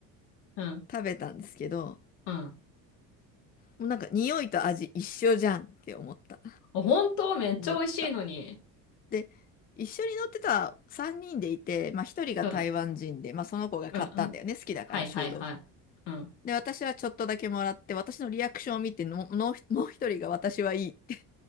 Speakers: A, on the left; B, on the left.
A: うん。
B: 食べたんですけど、
A: うん。
B: もうなんか匂いと味一緒じゃんって思った。
A: あ本当めっちゃ美味しいのに。
B: 思った。で、一緒に乗ってた3人でいて、まあ1人が台湾人で、
A: うん。
B: まあその子が買ったんだよね。
A: うん。うん。
B: 好きだから、
A: はいはいはい。
B: 臭豆腐。
A: うん。
B: で、私はちょっとだけもらって、私のリアクションを見ての、もうもう一人が私はいいって。